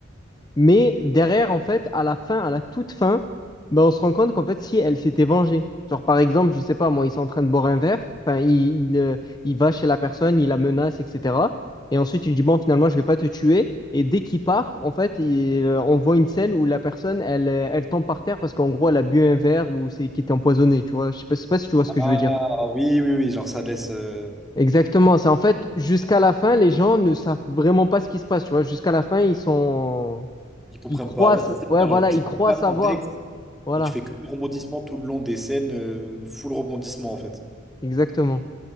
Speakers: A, on the left; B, in the centre.
A: Mais derrière, en fait, à la fin, à la toute fin, ben, on se rend compte qu'en fait, si elle s'était vengée, genre par exemple, je sais pas, moi, ils sont en train de boire un verre, enfin, il, il, euh, il va chez la personne, il la menace, etc. Et ensuite, il lui dit, bon, finalement, je vais pas te tuer. Et dès qu'il part, en fait, il, euh, on voit une scène où la personne, elle, euh, elle tombe par terre parce qu'en gros, elle a bu un verre ou c'est qui était empoisonné, tu vois. Je sais pas, je sais pas si tu vois ce que
B: Ah
A: je veux dire.
B: oui, oui, oui, genre ça laisse. euh,
A: Exactement, c'est en fait jusqu'à la fin, les gens ne savent vraiment pas ce qui se passe, tu vois. Jusqu'à la fin, ils sont,
B: Ils comprennent
A: ils croient,
B: pas. Ouais,
A: sa-
B: ça c'est
A: ouais,
B: bien,
A: voilà,
B: genre tu
A: ils croient
B: ne pas
A: savoir.
B: ton texte
A: Voilà,
B: et tu fais que des rebondissements tout le long des scènes, euh, full rebondissement en fait.
A: exactement,